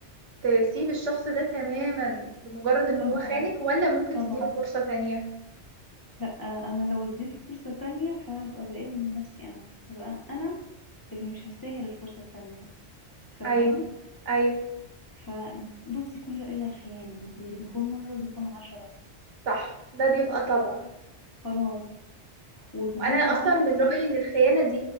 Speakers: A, on the right; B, on the left.
A: تسيب الشخص ده تماما لمجرد ان
B: طبعا
A: هو خانك ولا ممكن
B: طبعا
A: تديله فرصة تانية
B: لا آه، انا لو اديته فرصة تانية فهبقى بقل من نفسي انا هبقى انا اللي مش هستاهل الفرصة التانية فاهماني
A: ايوه ايوه
B: فبصي كله الا الخيانة اللي بيخون مرة بيخون عشرة
A: صح ده بيبقى طبع
B: خلاص وبالذات
A: وانا اصلا
B: لو سامحتي
A: من رايي ان الخيانه دي